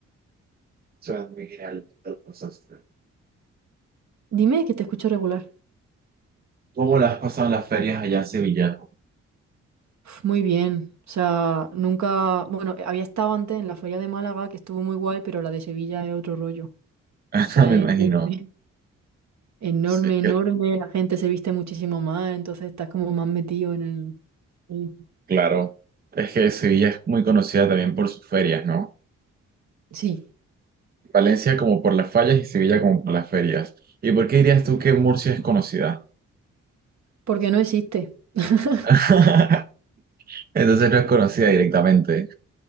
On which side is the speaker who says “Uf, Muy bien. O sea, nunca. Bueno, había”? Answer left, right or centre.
Right